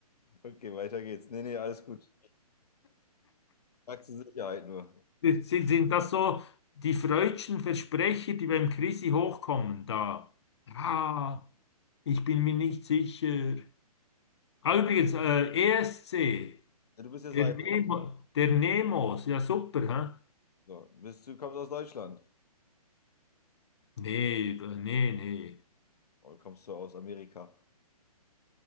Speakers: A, on the left; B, on the left.
A: Okay, weiter geht's. Nee, nee, alles gut. Frag zur Sicherheit nur.
B: Sind, sind das so die freudschen Versprecher, die beim Chrissy hochkommen? Da. Ah, ich bin mir nicht sicher. Ah, übrigens, äh, ESC,
A: Ja, Du bist jetzt
B: der
A: weiblich.
B: Nemo, der Nemos, ja super, hä?
A: So, bist du kommst aus Deutschland?
B: Nee, nee, nee.
A: Oder kommst du aus Amerika?